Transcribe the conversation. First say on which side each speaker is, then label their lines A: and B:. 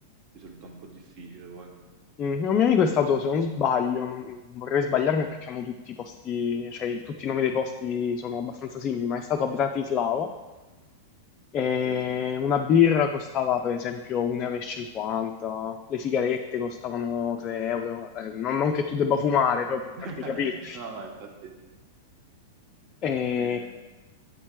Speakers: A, on the right (about 40°); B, on the left (about 30°).
A: risulta un po' difficile poi.
B: Mm, Un mio amico è stato, se non
A: Eh,
B: sbaglio, non- vorrei sbagliarmi perché hanno tutti i posti, cioè tutti i nomi dei posti sono abbastanza simili, ma è stato a Bratislava E
A: ok.
B: una birra costava per esempio 1,50 euro, e cinquanta, le sigarette costavano 3 euro, eh, non, non che tu debba fumare, però per
A: <laughs>
B: farti capire.
A: No, no, infatti
B: E
A: eh,